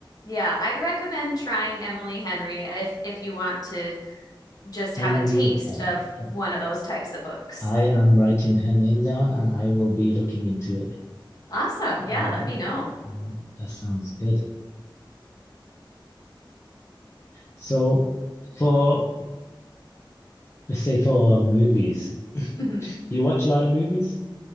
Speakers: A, on the left; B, on the left.
A: Yeah, I recommend trying Emily Henry if if you want to just
B: Emily
A: have a taste
B: Henry.
A: of
B: Yep.
A: one of those types of books.
B: I am writing her name down and I will be looking into it.
A: Awesome.
B: movie.
A: Yeah, let me know.
B: All right, that sounds good. So for let's say for movies,
A: Mhm.
B: do you watch a lot of movies?